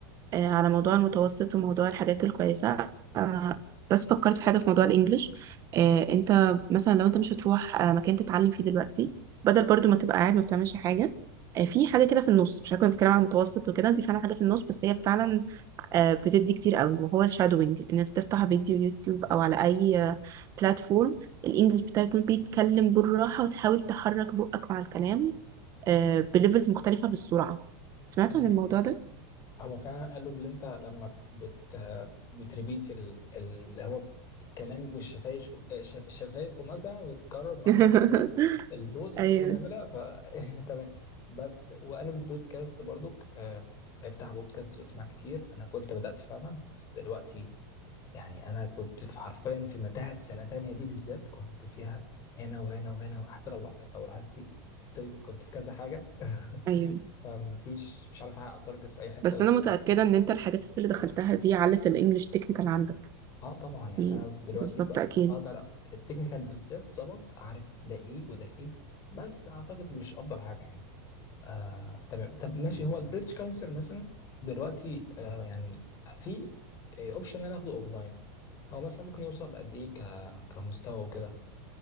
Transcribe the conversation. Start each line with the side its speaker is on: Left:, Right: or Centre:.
Right: آه، على موضوع المتوسط وموضوع الحاجات الكويسة أنا بس فكرت في حاجة في موضوع الإنجليش آه، أنت مثلا لو أنت مش هتروح آه، مكان تتعلم فيه دلوقتي بدل برضو ما تبقى قاعد ما بتعملش حاجة آه، في حاجة كده في النص مش هكون بتكلم عن المتوسط وكده دي فعلا حاجة في النص بس هي فعلا آه، بتدي كتير قوي وهو الشادوينج إن أنت تفتح فيديو يوتيوب أو على أي آه، بلاتفورم الإنجليش بتاعك يكون بيتكلم بالراحة وتحاول تحرك بقك مع الكلام آه، بليفلز مختلفة بالسرعة سمعت
Left: تمام
Right: عن الموضوع ده؟
Left: هو فعلا قالوا اللي انت لما بت بتريبيت ال- اللي هو الكلام والشفايف الشفايف مثلا وتكرر معاه
Right: <laughs>
Left: نفس البوزس
Right: ايوه
Left: اللي هو بيعملها ف <laughs> تمام بس وقالوا البودكاست برضك آه، افتح بودكاست واسمع كتير انا كنت بدأت فعلا بس دلوقتي يعني انا كنت في حرفيا في متاهة سنة تانية دي بالذات كنت فيها هنا وهنا وهنا وحتى لو لو لاحظتي قلت لك كنت في كذا حاجة <laughs>
Right: ايوه
Left: فمفيش مش عارف احقق تارجت في اي حتة
Right: بس
Left: بس
Right: انا متاكده ان انت الحاجات اللي دخلتها دي علت الانجليش تكنيكال عندك
Left: اه طبعا يعني
Right: يعني
Left: انا دلوقتي
Right: بالظبط
Left: بقى
Right: اكيد
Left: اقدر التكنيكال بالذات ظبط عارف ده ايه وده ايه بس اعتقد مش افضل حاجه يعني آه تمام طب ماشي هو البريتش كونسل مثلا دلوقتي آه يعني في اوبشن ان انا اخده اونلاين هو مثلا ممكن يوصل لقد ايه ك- كمستوى وكده